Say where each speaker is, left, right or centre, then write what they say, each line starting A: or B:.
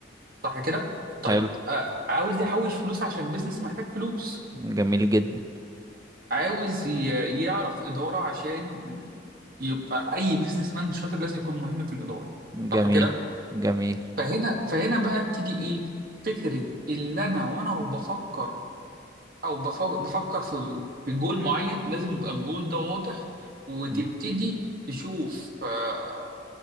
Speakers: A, on the right; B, on the right.
A: صح كده طيب
B: حلو
A: آه عاوز يحوش فلوس عشان البيزنس محتاج فلوس
B: جميل جدا
A: عاوز ي- يعرف إدارة عشان يبقى أي بيزنس مان شاطر لازم يكون مهم في الإدارة
B: جميل
A: صح كده
B: جميل
A: فهنا فهنا بقى بتيجي إيه فكرة اللي أنا وأنا وبفكر أو بفكر, بفكر في في جول معين لازم يبقى الجول ده واضح وتبتدي
B: مم.
A: تشوف آه